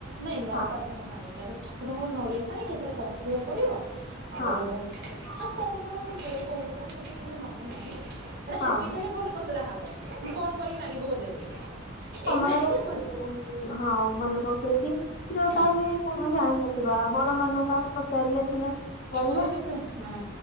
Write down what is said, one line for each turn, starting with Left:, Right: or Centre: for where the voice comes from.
Right: ନାଇଁ ନବାଗ୍ନ
Left: ହଁ
Right: ପାଣି, ଏଇଟା ଗୋଟେ ଠାକୁରଙ୍କର ନଡ଼ିଆ ପାଣି, ଏଥିରେ କର୍ପୂର ପଡ଼ିବ ଆଉ
Left: ହଁ
Right: ଆଉ କଣ କଣ ମୋ ବୋଉ କହୁଥିଲା ମୋତେ କେମିତି ମନେ ନାହିଁ? ହେ ହେତିକି
Left: ହଁ ହଁ
Right: ବେଳେ ଭଲ ପଚରା ହବ ତୁ କଣ କରିକି ନାଗିଭୋଗ ଦେବି। ଏଇନା
Left: ସମୟରେ
Right: କି ମନେ
Left: ହଁ ମନେ ପକେଇକି ଯୋଉଟାବି
Right: ହଁ
Left: ଆମେ ଜାଣିନଥିବା ବଡ ମାନଙ୍କୁ ଆମେ ପଚାରିଲ ସିନା ଜାଣିବା।
Right: କହିବେ ହଁ।